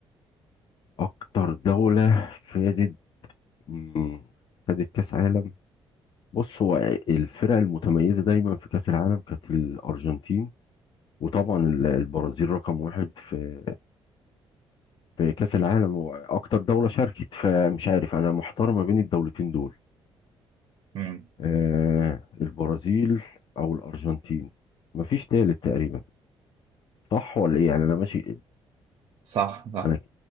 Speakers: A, on the left (about 50°); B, on the right (about 55°).
A: اكتر دولة فازت مم، خدت كاس عالم بص هو الفرق المتميزة دايما في كاس العالم كانت الارجنتين وطبعا ال- البرازيل رقم واحد في في كاس العالم واكتر دولة شاركت فمش عارف انا محتار ما بين الدولتين دول
B: مم.
A: آه البرازيل او الارجنتين مفيش تالت تقريبا صح ولا ايه يعني انا ماشي
B: صح صح
A: انا